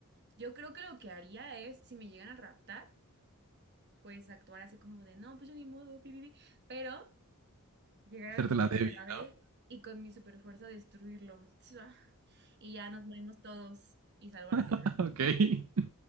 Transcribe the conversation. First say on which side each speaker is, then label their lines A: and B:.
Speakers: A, on the right (about 50°); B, on the right (about 65°).
A: Yo creo que lo que haría es, si me llegan a raptar, pues actuar así como de, no, pues yo ni modo, pi, pi, pi", Pero llegar
B: Hacerte
A: al motor
B: la débil,
A: de la nave
B: ¿no?
A: y con mi super fuerza destruirlo. <laughs> y ya nos morimos todos y salvo a la
B: <laughs>
A: tierra.
B: Ok.
A: Uh.
B: Sí,